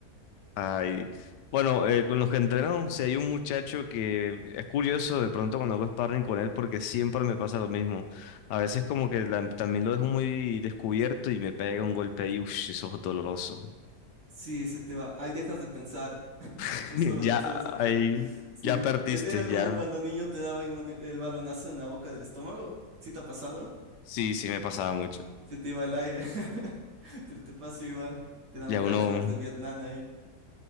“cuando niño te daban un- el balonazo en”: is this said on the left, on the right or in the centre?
Right